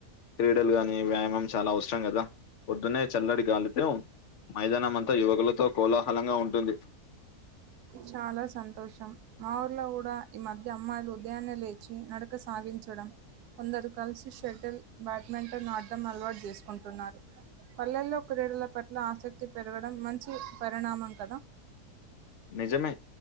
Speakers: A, on the left; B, on the right.
A: క్రీడలు గాని వ్యాయామం చాలా అవసరం కదా పొద్దునే చల్లటి గాలితో మైదానం అంతా యువకులతో కోలాహలంగా ఉంటుంది
B: చాలా సంతోషం మా ఊర్లో కూడా ఈ మధ్య అమ్మాయిలు ఉదయాన్నే లేచి నడక సా వించడం కొందరు కలిసి షటిల్ బ్యాడ్మింటన్ ఆడ్డం అలవాటు చేసుకుంటున్నారు పల్లెల్లో క్రీడల పట్ల ఆసక్తి పెరగడం మంచి పరిణామం కదా
A: నిజమే